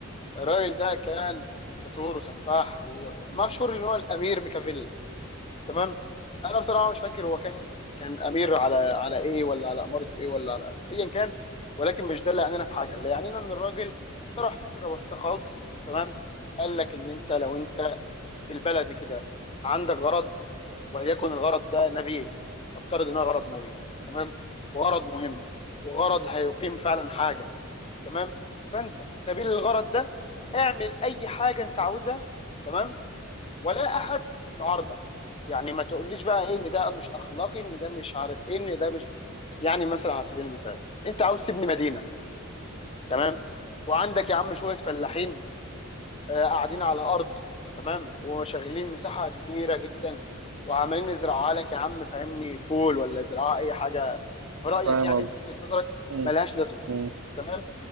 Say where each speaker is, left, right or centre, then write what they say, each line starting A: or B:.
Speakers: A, on the left (about 30°); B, on the right (about 80°).
A: الراجل ده كان ديكتاتور وسفاح ومشهور ان هو الامير ميكافيلي تمام انا بصراحه مش فاكر هو كان كان امير على على ايه ولا على اماره ايه ولا على ايا كان ولكن مش ده اللي يعنينا في حاجه اللي يعنينا ان الراجل طرح فكره بسيطه خالص تمام قال لك ان انت لو انت بالبلدي كده عندك غرض وليكن الغرض ده نبيل نفترض انه غرض نبيل تمام وغرض مهم وغرض هيقيم فعلا حاجه تمام فانت في سبيل الغرض ده اعمل اي حاجه انت عاوزها تمام ولا احد يعارضك يعني ما تقوليش بقى ايه ان ده مش اخلاقي ان ده مش عارف ايه ان ده مش يعني مثلا على سبيل المثال انت عاوز تبني مدينه تمام وعندك يا عم شويه فلاحين آه، قاعدين على ارض تمام وشغلين مساحه كبيره جدا وعمالين يزرعوها لك يا عم فاهمني فول ولا يزرعوها اي حاجه في رايك
B: فاهم
A: يعني
B: قصدي
A: في وجهه نظرك
B: م-
A: ملهاش لازمه
B: م-
A: تمام